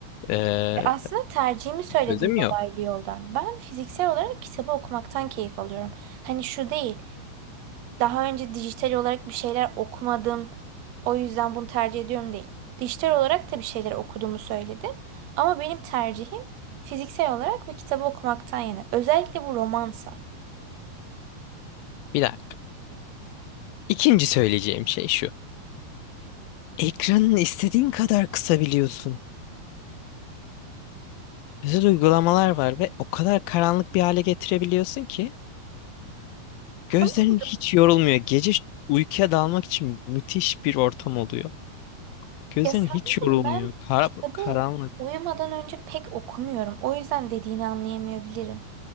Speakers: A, on the left; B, on the right.
A: eee
B: E, Aslında tercihimi söyledim
A: sözüm
B: dolaylı
A: yok.
B: yoldan. Ben fiziksel olarak kitabı okumaktan keyif alıyorum. Hani şu değil. daha önce dijital olarak bir şeyler okumadım. O yüzden bunu tercih ediyorum değil. Dijital olarak da bir şeyler okuduğumu söyledim. Ama benim tercihim fiziksel olarak bir kitabı okumaktan yana. Özellikle bu romansa.
A: Bir dakika. İkinci söyleyeceğim şey şu. Ekranını istediğin kadar kısabiliyorsun. Özel uygulamalar var ve o kadar karanlık bir hale getirebiliyorsun ki gözlerin
B: Tamam
A: hiç
B: da
A: yorulmuyor. Gece uykuya dalmak için müthiş bir ortam oluyor. Gözlerin
B: ya sanırım
A: hiç yorulmuyor.
B: ben
A: Kara,
B: kitabı
A: karanlık.
B: uyumadan önce pek okumuyorum. O yüzden dediğini anlayamayabilirim.